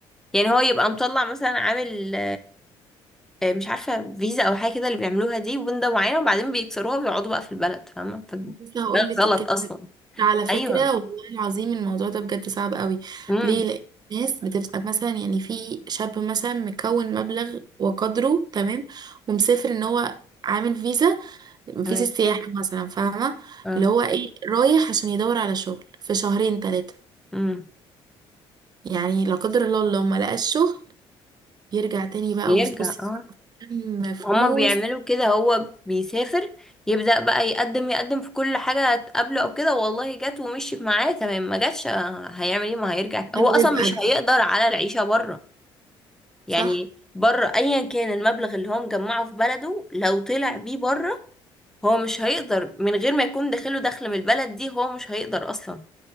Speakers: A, in the centre; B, on the right (about 40°).
A: يعني هو يبقى مطلع مثلا عامل آه، مش عارفة فيزا أو حاجة كده اللي بيعملوها دي وبندة معينة وبعدين بيكسروها وبيقعدوا بقى في البلد فاهمة فده
B: لسه هقول لك
A: غلط
B: الكلمة
A: أصلا
B: على فكرة
A: أيوه
B: والله العظيم الموضوع ده بجد صعب قوي
A: امم
B: ليه لأن الناس بتبقى مثلا يعني في شاب مثلا مكون مبلغ وقدره تمام ومسافر ان هو عامل فيزا
A: تمام
B: فيزا السياحة مثلا فاهمة
A: اه
B: اللي هو ايه رايح عشان يدور على شغل في شهرين ثلاثة
A: امم
B: يعني لا قدر الله لو ما لقاش شغل يرجع تاني بقى
A: بيرجع
B: وبصي
A: اه
B: كم فلوس
A: هما بيعملوا كده هو بيسافر يبدأ بقى يقدم يقدم في كل حاجة تقابله أو كده والله جت ومشيت معاه تمام ما جاتش آه، هيعمل ايه ما هيرجع هو
B: رزقك
A: أصلا مش هيقدر على العيشة بره يعني
B: صح
A: بره أيا كان المبلغ اللي هو مجمعه في بلده لو طلع بيه بره هو مش هيقدر من غير ما يكون داخله دخل من البلد دي هو مش هيقدر اصلا